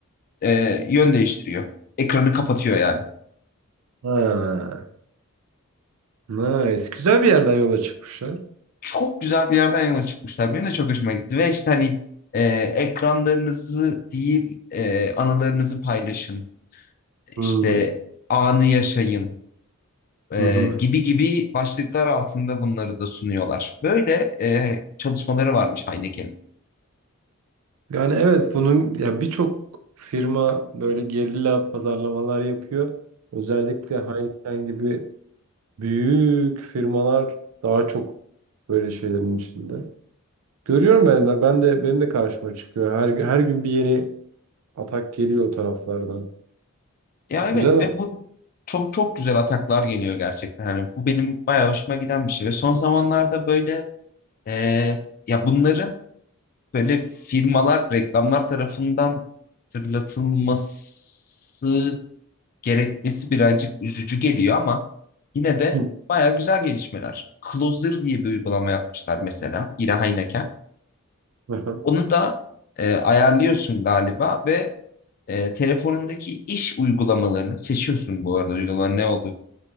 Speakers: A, on the left (about 40°); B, on the right (about 85°).
A: e, yön değiştiriyor. Ekranı kapatıyor yani.
B: Ha. Nice. Güzel bir yerden yola çıkmışlar.
A: Çok güzel bir yerden yola çıkmışlar. Benim de çok hoşuma gitti ve işte hani e, ekranlarınızı değil e, anılarınızı paylaşın.
B: Hmm.
A: İşte anı yaşayın e,
B: Hı hı.
A: gibi gibi başlıklar altında bunları da sunuyorlar. Böyle e, çalışmaları varmış Heineken'in.
B: Yani evet bunun ya birçok firma böyle gerilla pazarlamalar yapıyor. Özellikle Heineken gibi büyük firmalar daha çok böyle şeylerin içinde. Görüyorum ben de, ben de benim de karşıma çıkıyor. Her, her gün bir yeni atak geliyor o taraflardan.
A: Ya
B: Güzel.
A: evet ve bu çok çok güzel ataklar geliyor gerçekten. Yani bu benim bayağı hoşuma giden bir şey ve son zamanlarda böyle e, ya bunların böyle firmalar, reklamlar tarafından hatırlatılması gerekmesi birazcık üzücü geliyor ama yine de
B: Hı.
A: bayağı güzel gelişmeler. Closer diye bir uygulama yapmışlar mesela yine Heineken.
B: Aha.
A: Onu da e, ayarlıyorsun galiba ve e, telefonundaki iş uygulamalarını seçiyorsun bu arada uygulamalar ne oldu?